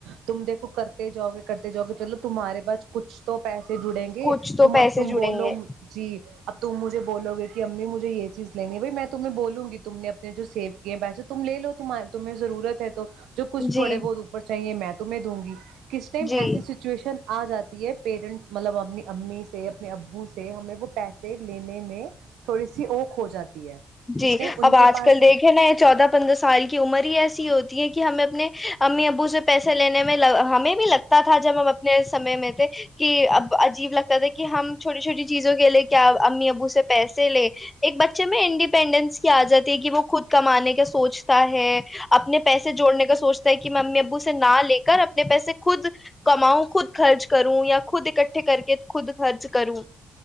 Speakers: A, on the right; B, on the left.
A: تم دیکھو کرتے جاؤ گے کرتے جاؤ گے چلو تمہارے پاس کچھ تو پیسے جڑیں گے
B: کچھ تو
A: تم
B: پیسے
A: اب تم
B: جڑیں
A: بولو
B: گے
A: جی اب تم مجھے بولو گ کہ امی مجھے یہ چیز لینی ہے بائی میں تمہیں بولوں گی تم نے اپنے جو سیو کیے پیسے تم لے لو تمہیں ضرورت ہے تو جو کھ تھوڑے
B: جی
A: بہت اوپر چاہیے میں تمہیں دوں گی کس ٹائم
B: جی
A: ایسی سچویشن آ جاتی ہے پیرنٹس مطلب اپنی امی سے اپنے ابو سے ہم نے وہ پیسے لینے میں تھوڑی سی اوکھ ہو جاتی ہے
B: جی
A: کس ٹائم ان
B: اب آج
A: کے پاس
B: کل دیکھے نا یہ چودہ پندرہ سال کی عمر ہی ایسی ہوتی ہے کہ ہمیں اپنے امی ابو سے پیسے لینے میں ہمیں بھی لگتا تھا جب ہم اپنے سمے میں تھے کہ اب عجیب لگتا تھا کہ ہم چھوٹی چھوٹی چیزوں کے لیے کیا امی ابو سے پیسے لے ایک بچے میں ڈپینڈینس کی آ جاتی ہے کہ وہ خود کمانے کا سوچتا ہے اپنے پیسے جوڑنے کا سوچتا ہے کہ میں امی ابو سے نہ لے کر اپنے پیسے خود کماؤں خود خرچ کروں یا خود اکٹھے کر کے خود خرچ کروں